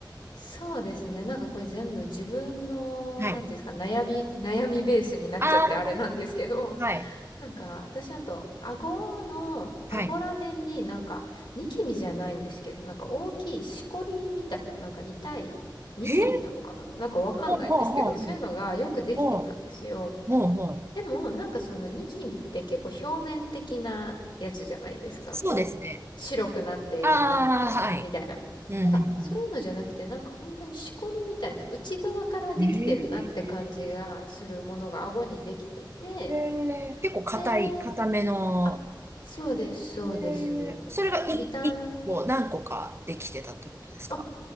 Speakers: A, on the left; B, on the right.
A: そうですね。なんかこれ全部自分の、
B: はい。
A: なんていうんですか、悩み、悩みベースになっちゃってあれなんですけど、
B: ああ、はい。
A: なんか、私あと、顎の、顎ら辺になんか、
B: はい。
A: ニキビじゃないんですけど、なんか大きいしこりみたいな、なんか痛いニキビなのかななんかわかんないんですけど、
B: へえ、ほうほうほうほう。
A: そういうのがよくできてたんですよ。
B: ほうほう。
A: でも、なんかそのニキビって結構表面的なやつじゃないですか。
B: そうですね。
A: こう、白くなって、
B: ああ、
A: なんかこう、
B: はい。
A: みたいな。
B: うんうん
A: なんか、そういうのじゃなくて、なんか本当にしこりみたいな、内側からできてるなって感じがするものが顎にできてて、
B: うん。へえ。へえ結構硬い、
A: で、
B: 硬めの。
A: あそうです、そうです。
B: へえ。それがい、
A: で、ビタン、
B: 一個何個かできてたってことですか
A: あ、